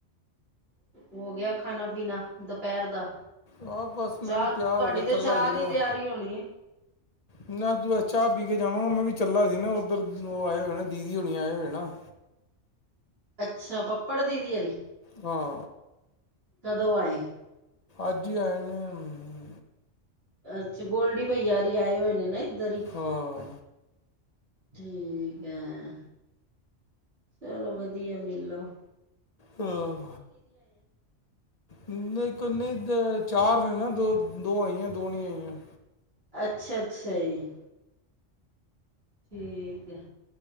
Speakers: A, on the right; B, on the left.
A: ਹੋ ਗਿਆ ਖਾਣਾ-ਪੀਣਾ ਦੁਪਹਿਰ ਦਾ।
B: ਆ ਬਸ
A: ਚਾਹ
B: ਮੈਂ ਵੀ
A: ਤੁਹਾਡੀ
B: ਤਿਆਰ ਹੋ ਕੇ
A: ਤੇ
B: ਚੱਲਾ
A: ਚਾਹ
B: ਸੀਗਾ
A: ਦੀ ਤਿਆਰੀ ਹੋਣੀ ਏ।
B: ਨਾ ਤੂੰ ਚਾਹ ਪੀ ਕੇ ਜਾਵਾਂਗਾ ਮੈਂ ਵੀ ਚੱਲਾ ਸੀ ਨਾ ਓਧਰ ਓ ਆਏ ਹੋਏ ਨੇ ਦੀਦੀ ਓਨੀ ਆਏ ਹੋਏ ਨੇ ਨਾ।
A: ਅੱਛਾ ਪਪੜ ਦੀਦੀ ਹੋ ਰਹੀ
B: ਹਾਂ
A: ਕਦੋਂ ਆਏ
B: ਅੱਜ ਆਏ ਨੇ ਹੂ
A: ਅੱਛਾ ਗੋਲਡੀ ਭਈਆ ਹੋਰੀ ਆਏ ਹੋਏ ਨੇ ਇਧਰ ਹੀ
B: ਹਾਂ
A: ਠੀਕ ਹੈ, ਚਲੋ ਵਧੀਆ ਮਿਲ ਆਓ।
B: ਹੂ,,, ਨਹੀਂ ਚਾਰ ਨੇ ਦੋ ਆਈਆਂ ਦੋ ਨਹੀਂ ਆਈਆਂ।
A: ਅੱਛਾ-ਅੱਛਾ ਜੀ ਠੀਕ ਹੈ